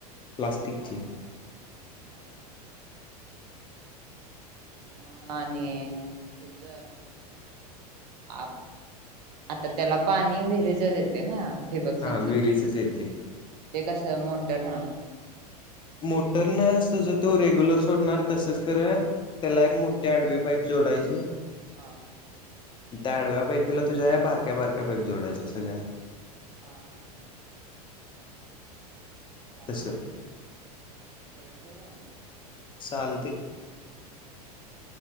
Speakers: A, on the left; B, on the right.
A: प्लास्टिकची.
B: हा हा. मगं आणि तेच आता त्याला पाणी विहिरीचच येते ना? - ठिबक सिंचन
A: हा विहिरीचच
B: ते
A: येते
B: कसं मोटर हं.
A: मोटरन अस ज तो रेग्युलर सोडणार तसंच खर त्याला एक मोठ्या आडवी पाईप जोडायची.
B: हा.
A: त्या आडव्या पाईपीला तुझ्या या बारक्या बारक्या पाईप जोडायच्या सगळ्या.
B: हा, हा हा. चालते
A: तसं
B: तरी ठेवू का मग?
A: चालतय.
B: हम्म. <unintelligible>